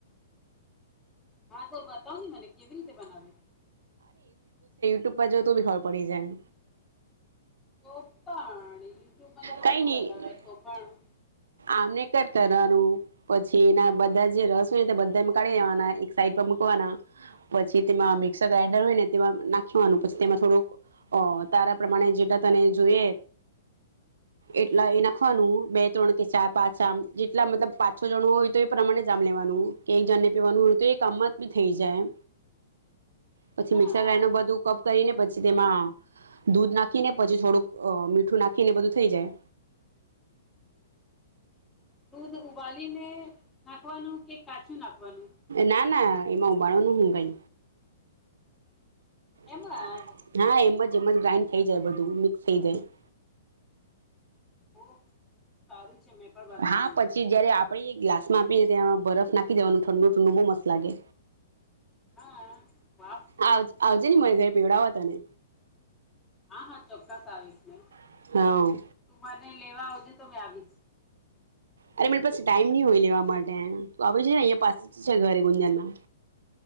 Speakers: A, on the left; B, on the right.
A: હા તો બતાવ ને મને કેવી રીતે બનાવ્યું
B: ટુપ્પા જો તો બીઘર પડી જાય
A: તો પણ યુટ્યુબમાં તો બધું
B: કઈ નઈ
A: બતાવે તો પણ
B: આમને કટ કરવાનું પછી એના બધા જે રસ હોય ને બધા કાઢી લેવાના સા પછી તેમાં મિક્સર ગ્રાઇન્ડર હોયને તેમાં નાખવાનું પછી તેમાં થોડુંક તારા પ્રમાણે જેટલા તને જોઈએ એટલા એ નાખવાનું બે ત્રણ કે ચાર પાંચ આમ જેટલા મતલબ પાછ છો જણ હોય તો એ પ્રમાણે જ આમ લેવાનું કે એક જણને પીવાનું હોય તો કમત બી થઈ જાય પછીિક્સર
A: હા
B: ગ્રાન્ડર બધું કપ કરીને પછી પ તેમાં દૂધ નાખીને પછી થોડુંક મીઠું નાખીને બધું થઈ જાય
A: દૂધ ઉબાલીને નાખવાનું કે કાચું નાખવાનું
B: ના ના એમાં ઉબાડવાનું હું કઈ
A: એમાં
B: એમજ હા એમજ જેમન ગ્રાઈન્ડ થઈ જાય બધું મિક્સ થઈ જાય. <inaudible>
A: ઓહ સારું છે મેં પણ બનાવવાનું
B: હા પછી જયારે આપણી એ ગ્લાસ માપીને ત્યાં બરફ નાખી દેવાનું ઠંડુ ઠંડુ બહુ મસ્ત લાગે.
A: હા વાહ
B: આવ આવ જેને મારી ઘરે પીવડાવા તને.
A: હા હા ચોક્કસ આવીશ ને
B: હા.
A: તું મને લેવા આવજે તો મેં આવીશ.
B: અરે મરી પાસે ટાઈમ ની હોય લેવા માટે. તું આવે છે ને અહીંયા પાસે તો છે ઘરે ગુંજણમાં.